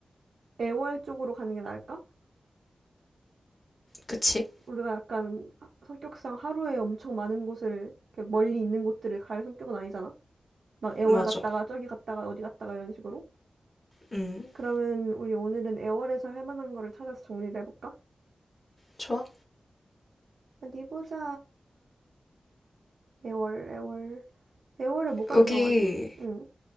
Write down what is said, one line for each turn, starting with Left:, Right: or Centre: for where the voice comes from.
Right: 애월 쪽으로 가는 게 나을까?
Left: 그치?
Right: 우리가 약간 성격상 하루에 엄청 많은 곳을 이렇게 멀리 있는 곳들을 갈 성격은 아니잖아. 막 애월
Left: 맞아.
Right: 갔다가 저기 갔다가 어디 갔다가 이런 식으로.
Left: 음,
Right: 그러면 우리 오늘은 애월에서 할 만한 거를 찾아서 정리를 해볼까?
Left: 좋아.
Right: 어디 보자. 애월, 애월. 애월에 뭐가
Left: 여기,
Right: 유명하지? 응,